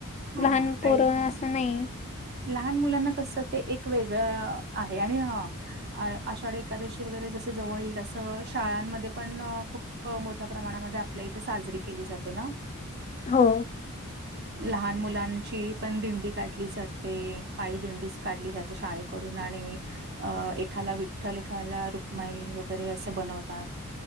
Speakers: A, on the right; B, on the left.
A: हा
B: लहान पोरं
A: ऐस जण
B: असं नाही
A: लहान मुलांना कसं ते एक वेगळं आहे आणि ह अ आषाढी एकादशी वगैरे जस जवळ येईल तसं शाळांमध्ये पण खूप मोठ्या प्रमाणामध्ये आपल्या इथे साजरी केली जाते ना
B: हो
A: लहान मुलांची पण दिंडी काढली जाते पाय दिंडी काढली जाते शाळेकडून आणि अ एखाला विठ्ठल एखाला रुपमाई वगैरे असं बनवतात